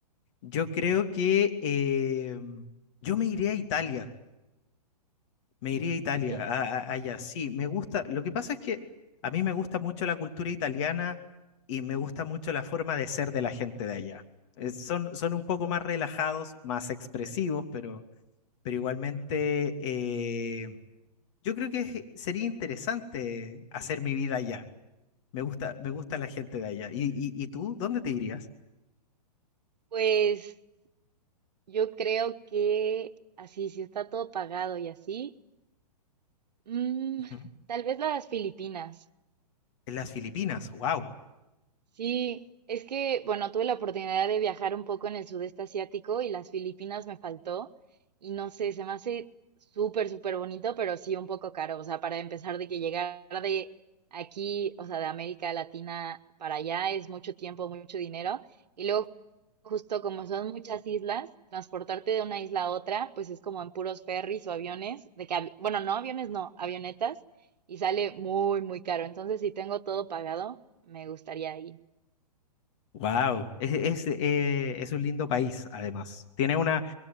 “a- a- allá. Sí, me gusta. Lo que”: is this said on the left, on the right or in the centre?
Left